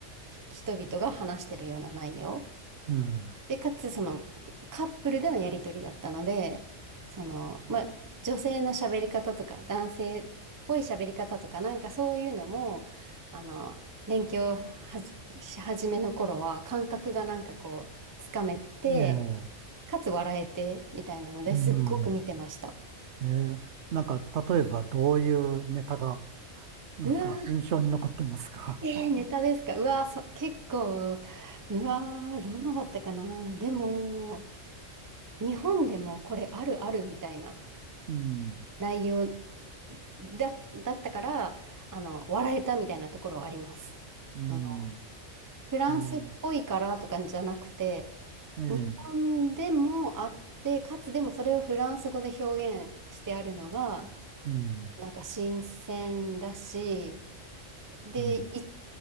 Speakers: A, on the right; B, on the right.
A: ひ人々が話してるような内容。
B: うん、
A: で、かつ、その、カップルでのやりとりだったので、その、まあ、女性の喋り方とか、男性っぽい喋り方とか、なんかそういうのも、あの、勉強はじし始めの頃は、感覚がなんかこう、つかめて、
B: ええ、
A: かつ笑えて、みたいなのですっごく見てました。
B: うん、ええ、なんか、例えば、どういうネタが、なんか、
A: うわ
B: 印象に残ってますか
A: ー、えー、ネタですかうわー、そ、結構、うわー、どんなだったかなでも、日本でもこれあるあるみたいな
B: <laughs> うん、
A: 内容だ、だったから、あの、笑えたみたいなところはあります。
B: うん、
A: その、フランスっぽいからとかじゃなくて、
B: ええ、ええ
A: 日本でもあって、かつでもそれをフランス語で表現してあるのが、
B: うん、
A: なんか新鮮だし、で、
B: うん、
A: い、